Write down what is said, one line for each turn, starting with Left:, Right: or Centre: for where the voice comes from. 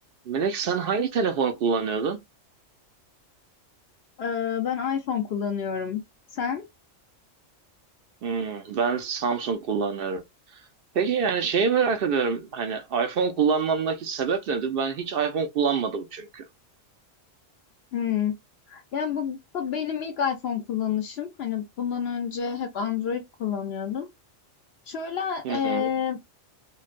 Right: Melek sen hangi telefonu kullanıyordun?
Left: Eee, ben iPhone kullanıyorum. Sen?
Right: Hmm, ben Samsung kullanıyorum. Peki yani şeyi merak ediyorum. Hani iPhone kullanmamdaki sebep nedir? Ben hiç iPhone kullanmadım çünkü.
Left: Hmm. Yani bu, bu benim ilk iPhone kullanışım. Hani bundan önce hep Android kullanıyordum. Şöyle
Right: Hı
Left: eee,
Right: hı,